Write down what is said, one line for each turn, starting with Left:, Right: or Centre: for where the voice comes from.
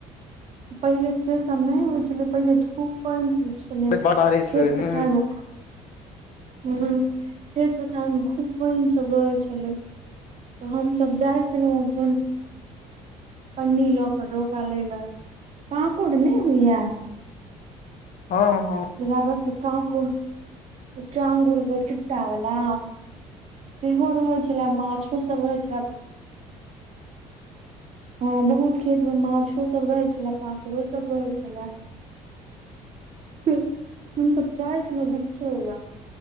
Right: पहिल से सम नहि होइ छले पहिल खूब पान होइ छै ओने
Left: बड़ बारिश
Right: खेत
Left: होइ
Right: पथार
Left: ह
Right: मे हूँ खेत पथार मे खूब पानि सब रहय छलै तऽ हमसभ जाइ छलहुँ तहन पन्नी ल क डोका लय ले काकूड़ नहि होय ये
Left: हँ हँ
Right: जेना पास काँकुड़ चांगुड़ म चुट्टा बला सेहो रहै छलै माछो सभ रहै छले हँ बहुत खेत मे माछो सब रहैत छलए कांकड़ो सब रहै छले <unintelligible> हम तब जाइ छल ने बिछय ले